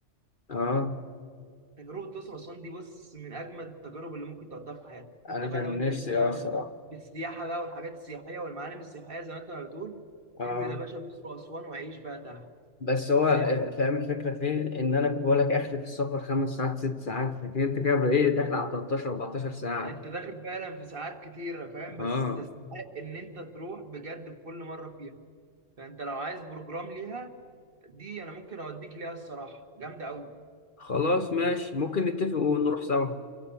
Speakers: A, on the left; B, on the right.
A: اه
B: تجربة الأقصر وأسوان دي بص من أجمد التجارب اللي ممكن تقضيها في حياتك أنت
A: انا
B: بقى
A: كان
B: لو أنت
A: نفسي
B: ليك بقى
A: اه الصراحه
B: في ال- في السياحة بقى والحاجات السياحية والمعالم السياحية زي ما أنت ما بتقول
A: اه
B: انزل يا باشا الأقصر وأسوان وعيش بقى تحت
A: بس هو
B: سياحة
A: آه، فاهم الفكره فين ان انا كنت بقول لك اخري في السفر خمس ساعات ست ساعات لكن انت كده بقى ايه داخل على 13 14 ساعه
B: أنت داخل فعلا في ساعات كتيرة فاهم
A: آه
B: بس تستحق إن أنت تروح بجد في كل مرة فيها فأنت لو عايز بروجرام ليها دي انا ممكن اوديك ليها الصراحه جامده قوي
A: خلاص ماشي ممكن نتفق ونروح سوا